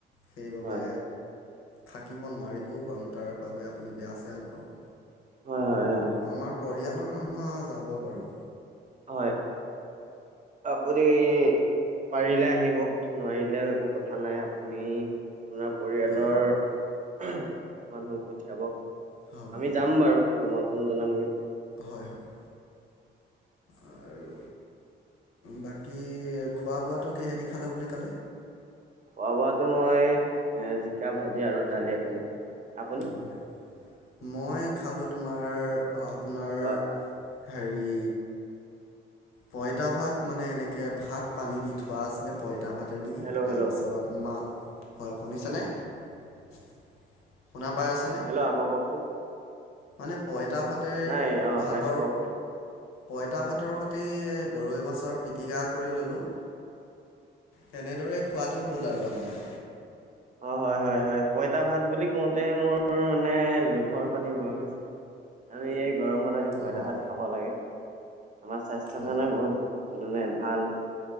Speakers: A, on the left (about 80°); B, on the right (about 35°).
A: সেইবাবে
B: হয়
A: থাকিব নোৱাৰিবও পাৰোঁ, তাৰ বাবে আপুনি বেয়া চেয়া নাপাব।
B: হয় হয় হয়।
A: আমাৰ পৰিয়ালৰ মানুহ যাব বাৰু
B: হয় আপুনি? পাৰিলে আহিব নোৱাৰিলেও একো কথা নাই আপুনি আপোনাৰ পৰিয়ালৰ
A: হয়
B: মানুহ পঠিয়াব
A: হ'ব
B: আমি
A: হ'ব
B: যাম বাৰু নিয়মত। আসন জনামগে
A: হয় হয় অ আৰু বাকী খোৱা বোৱাটো কেহেদি খালে বুলি ক'লে?
B: খোৱা বোৱাটো মই জিকা ভাজি আৰু দালিয়ে খালোঁ। আপুনি
A: হয় মই খালোঁ তোমাৰ অ আপোনাৰ
B: হয়
A: হৰি পঁইতা ভাত মানে এনেকে ভাত পানী দি থোৱা আছিলে পঁইতা ভাতে দি
B: হেল্ল'
A: তাৰপিছত
B: হেল্ল'
A: মাক হয় শুনিছেনে শুনা পাই আছেনে?
B: হেল্ল' আকৌ কওকচোন
A: মানে পঁইতা ভাতে
B: নাই অ
A: ভাতৰ
B: পাইছোঁ কওকচোন
A: পঁইতা ভাতৰ সৈতে গৰৈ মাছৰ পিটিকা কৰি ললোঁ তেনেদৰে খোৱাটো হ'ল আৰু আমাৰ
B: অ হয় হয় হয় হয় পইতা ভাত বুলি কওঁতে মোৰ মানে লোভৰ পানী বৈ গৈছে। আমি এই গৰমত আমি পঁইতা
A: হয়
B: ভাত খাব লাগে আমাৰ স্বাস্থ্যৰ
A: হয়
B: কাৰণে বহুত মানে ভাল